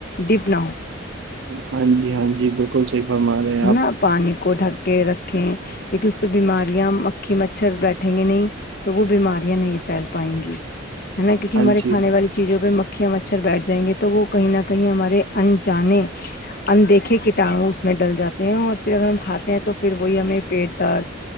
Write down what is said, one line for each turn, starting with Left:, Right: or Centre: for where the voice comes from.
Left: ڈپ نہ ہو
Right: ہاں جی ہاں جی بالکل صحیح فرما رہے ہیں
Left: ہے
Right: آپ
Left: نا پانی کو ڈھک کے رکھیں کیونکہ اس پہ بیماریاں مکھی مچھر بیٹھیں گے نہیں تو وہ بیماریاں نہیں پھیل پائیں گی ہے نا کیونکہ ہمارے
Right: ہاں جی
Left: کھانے والی چیزوں پہ مکھیاں مچھر بیٹھ جائیں گے تو وہ کہیں نہ کہیں ہمارے انجانے اندیکھے کیٹانو اس میں ڈل جاتے ہیں اور پھر اگر ہم کھاتے ہیں تو پھر وہی ہمیں پیٹ درد